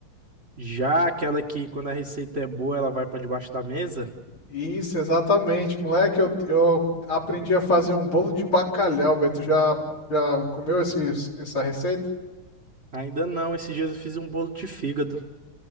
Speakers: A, on the right (about 35°); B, on the left (about 70°).
A: Já aquela que quando a receita é boa, ela vai pra debaixo da mesa?
B: Isso, exatamente, moleque. Eu, eu aprendi a fazer um bolo de bacalhau, velho. Tu já, já comeu esse, essa receita?
A: Ainda não, esses dias eu fiz um bolo de fígado.